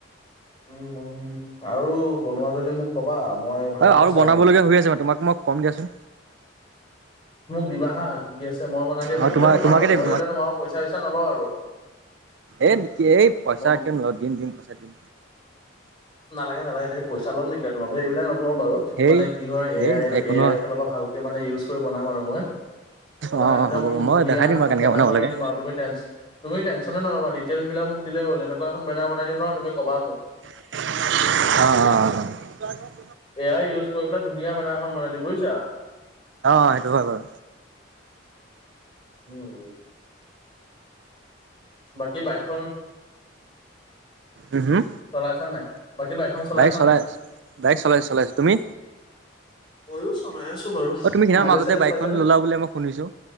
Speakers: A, on the left (about 25°); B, on the right (about 65°).
A: উম, বাউণ আৰু বনোৱা যদি মোক ক'বা মই ভালকে
B: অ আৰু
A: চাই
B: বনাবলগীয়া
A: দিম।
B: হৈ আছে মানে তোমাক মই কম দিয়াচোন
A: মোক দিবা হা কি কি আছে মই বনাই দিম
B: অ
A: লাগিলে।
B: তোমাক
A: তোমাৰ
B: তোমাকে
A: লগৰ
B: দিম
A: যেতিয়া তোমাৰ পইচা-চইচা নলওঁ আৰু।
B: এ ন কি এই পইচা
A: মই
B: ক দিম- দিম পইচা দিম
A: নালাগে নালাগে, ধেত পইচা লম নেকি আৰু তোমাৰ পৰা। এইবিলাক ন <unintelligible> বাৰু
B: সেই
A: মানে কি হয়,
B: সেই
A: এ আই-এ
B: একো নহয়
A: আইৰ ফালৰ পৰা ভালকে মানে ইউজ কৰি বনাম আৰু মই। তোমাৰ
B: অ
A: একদম
B: হ'ব মই
A: ধুনীয়া
B: দেখাই দিম
A: এখন
B: বাৰু কেনেকে
A: বেনাৰ
B: বনাব
A: বনাই
B: লাগে
A: দিম আৰু তুমি টেন তুমি টনচনে নলবা ডিটেইলচবিলাক মোক দিলেই হ'ল এনেকুৱা এখন বেনাৰ দিম ন তুমি কবা মোক
B: অ', অ', অ', অ'।
A: এ আই ইউজ কৰি পেলাই ধুনীয়া বেনাৰ এখন বনাই দিম। বুজিছা?
B: অঁ সেইটো হয় বাৰু
A: উম-উম। বাকী বাইকখন
B: উম হুম
A: চলাইছা নাই বাকী বাইকখন চলাইছা
B: বাইক চলাই,
A: নাই
B: বাইক চলাই, চলাই আছো তুমি
A: ময়ো চলাই আছো বাৰু।
B: অ তুমি সিদিনা
A: মাইলেজ-চাইলেজ
B: মাজতে বাইকখন
A: পাইছানে?
B: ল'লা বোলে মই শুনিছো